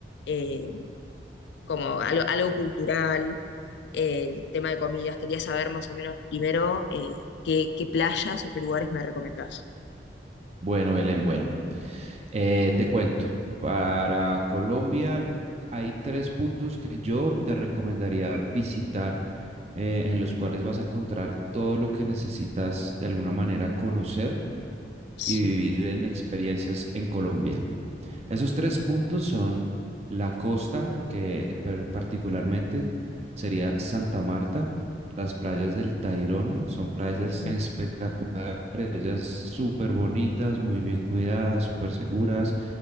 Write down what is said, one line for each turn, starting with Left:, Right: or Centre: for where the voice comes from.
Left: eh, como algo, algo cultural, eh, el tema de comidas, quería saber más o menos primero eh, qué, qué playas o qué lugares me recomendás.
Right: Bueno, Belén, bueno, eh, te cuento, para Colombia hay tres puntos que yo te recomendaría visitar, eh, en los cuales vas a encontrar todo lo que necesitas de alguna manera conocer
Left: Sí,
Right: y vivir en experiencias en Colombia. Esos tres puntos son la costa, que per- particularmente sería Santa Marta, las playas del Tayrona, son playas
Left: bien,
Right: espectaculares, playas súper bonitas, muy bien cuidadas, súper seguras.